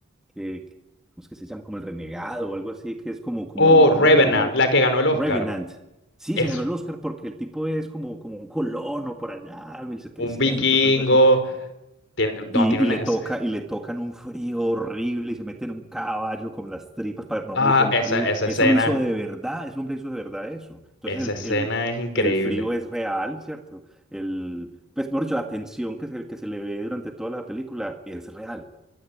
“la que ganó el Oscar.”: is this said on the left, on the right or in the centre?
Left